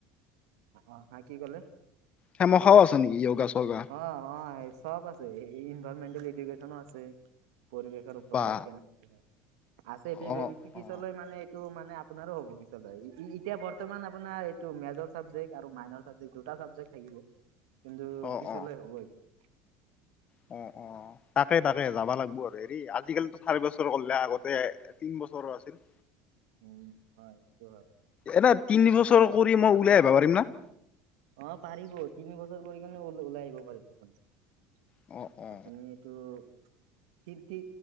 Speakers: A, on the right; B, on the left.
A: অ', হা কি ক'লে
B: সেমখাও আছে নেকি য়োগা চোগা
A: অ', অ', চব আছে ইনভাৰৰনমেন্টেল এডুকেশ্যনো আছে পৰিৱেশৰ ওপৰত
B: বা
A: কেনে <inaudible> আছে
B: অ
A: পিছলৈ
B: অ
A: মানে এইটো মানে আপোনাৰো হ'ব পিছলৈ এতিয়া বৰ্তমান আপোনাৰ টো মেজৰ চাবজেক্ট আৰু মাইন চাবজেক্ট দুটা চাবজেক্ট থাকিব কিন্তু
B: অ
A: পিছলে
B: অ
A: হ'ব এইটো
B: অ', অ' তাকে তাকে যাবা লাগবো আৰু হেৰি আজিকালি চাৰি বছৰ কৰিলে আগতে তিনি বছৰো আছিল
A: উম হয় সটো হয়
B: এটা তিন বছৰ কৰি মই উলাই আহিবা পাৰিম না
A: অ', পাৰিব তিনি বছৰ কৰি কেনে ওলাই আহিব পাৰিব আপুনি
B: অ অ
A: আপুনিটো তিতি